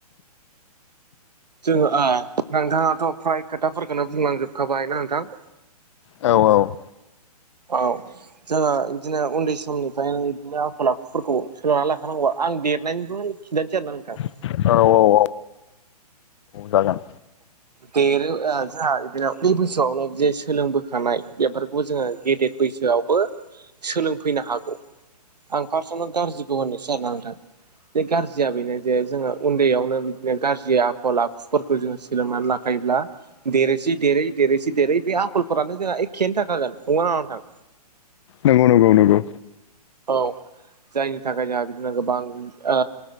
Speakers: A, on the right (about 85°); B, on the left (about 45°).
A: जोङो आ नोंथाङाथ' फ्राय खोथाफोरखौनो बुंलांजोबखाबाय ना नोंथां
B: औ औ
A: औ जोङो इदिनो उन्दै समनिफ्रायनो इदिनो आखल आखुफोरखौ सोलोंना लाख खानांगौ आं देरनायनिखौ खिन्थानोसै आरो ना नोंथां
B: औ औ औ जागोन
A: देरो ओ जों उन्दै बोसोआवनो जि सोलोंबोखानाय बेफोरखौ जोङो गेदेर बैसोआवबो सोलोंफैनो हागौ आं पार्सनल गारजिखौ होननोसै आरोना नोंथां बे गारजिया बेनो जे जोङो उन्दैयावनो बिदिनो गारजि आखल आखुफोरखौ जोङो सोलोंनानै लाख खायोब्ला देरैसि देरै देरैसि देरै बे आखलफोरानो जोंहा एखेयानो थाखागोन नंगौ ना नङा नोंथां
B: नोंगौ नोंगौ नोंगौ
A: औ जायनि थाखाय जोंहा बिदिनो गोबां ओ